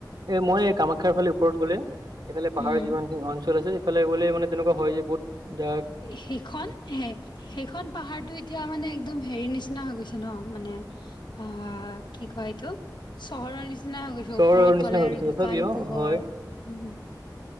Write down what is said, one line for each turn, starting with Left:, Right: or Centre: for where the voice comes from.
Right: মই এই কামাখ্যা ফালে ওপৰত গ'লে, সেইফালে পাহাৰত
Left: উম।
Right: যিমান খিনি অঞ্চল আছে। ফালে এইলে মানে তেনেকুৱা হয় যে বহুত যে
Left: সেইখন। সেইখন পাহাৰ এতিয়া হেৰি নিচিনা হৈ গৈছে ন, মানে অ', কি কয় এইটো চহৰৰ নিচিনা। হৈ গৈছে
Right: চহৰৰ
Left: ওপৰত
Right: নিচিনা
Left: গ'লে
Right: হৈ
Left: আৰু
Right: গৈছে
Left: দোকান
Right: তথাপিও
Left: পোহৰ
Right: অ', হয়।
Left: উম